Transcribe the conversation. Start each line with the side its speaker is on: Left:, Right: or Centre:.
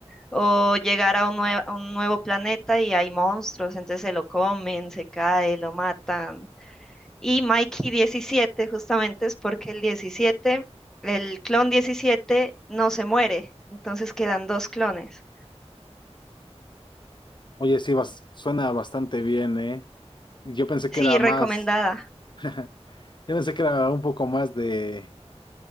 Centre: o llegar a un, nue- a un nuevo planeta y hay monstruos, entonces se lo comen, se cae, lo matan. Y Mikey diecisiete justamente es porque el diecisiete el clon 17 no se muere, entonces quedan dos clones.
Left: Oye, sí, bas- suena bastante bien, ¿eh? Yo pensé
Centre: Sí,
Left: que era
Centre: recomendada.
Left: más, <laughs> yo pensé que era un poco más de,